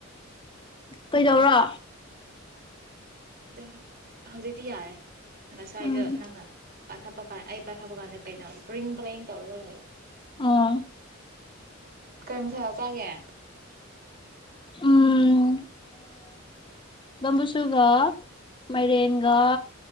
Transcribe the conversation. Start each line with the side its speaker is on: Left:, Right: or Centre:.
Left: ꯀꯩꯗꯧꯔꯣ
Right: ꯑꯗꯨꯝ ꯍꯧꯖꯤꯛꯇꯤ ꯌꯥꯔꯦ ꯉꯁ ꯍꯥꯏꯗꯦ
Left: ꯎꯝ
Right: ꯅꯪ ꯄꯥꯏꯈꯠꯄ ꯀꯥꯟ ꯑꯩ ꯄꯥꯏꯈꯠꯄ ꯀꯥꯟꯗ ꯀꯩꯅꯣ ꯔꯤꯡ ꯕ꯭ꯔꯔꯤꯡ ꯇꯧꯔꯒ ꯂꯩꯌꯣ
Left: ꯑꯣ
Right: ꯀꯃꯤ ꯊ ꯆꯒꯦ
Left: ꯎꯝ ꯕꯝꯕꯨꯁꯨꯒ ꯃꯥꯏꯔꯦꯟꯒ